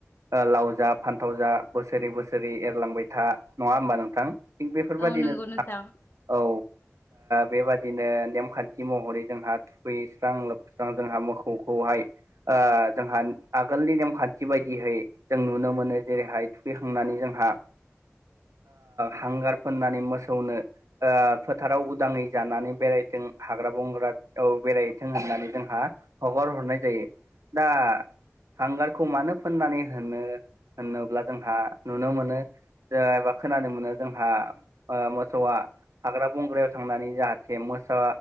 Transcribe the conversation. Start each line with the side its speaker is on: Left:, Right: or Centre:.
Right: लाव जा फान्थाव जा बोसोरै बोसोरै एरलांबाय था नङा होमबा नोंथां थिग बेफोरबायदिनो
Left: औ नंगौ नोंथां
Right: औ बेबादि बिदिनो नेमखान्थि महरै जोंहा थुखैस्रां लोबस्रां जोंहा मोसौखौहाय जोंहा आगोलनि नेमखान्थि बायदियै जों नुनो मोनो जेरैहाय थुखैखांनानै जों हा हांगार फोननानै मोसौनो फोथाराव उदाङै जानानै बेरायथों हाग्रा बंग्रा औ बेरायथों होननानै जोंहा हगार हरनाय जायो दा हांगारखौ मानो फोननानै होनो होनोब्ला जोंहा नुनो मोनो खोनानो मोनो जोंहा मोसौआ हाग्रा बंग्रायाव थांनानै जाहा मोसा